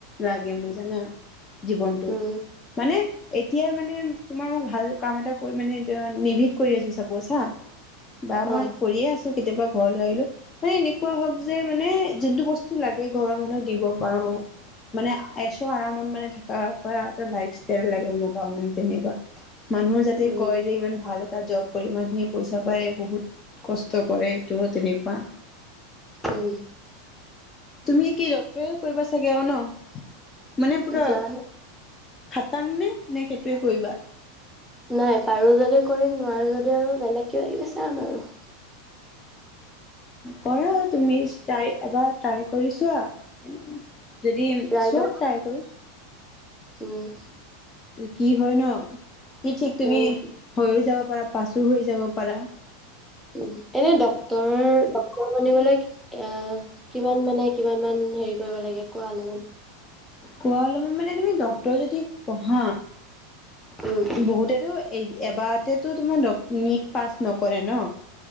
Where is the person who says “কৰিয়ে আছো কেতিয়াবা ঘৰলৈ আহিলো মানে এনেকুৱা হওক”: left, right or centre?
Left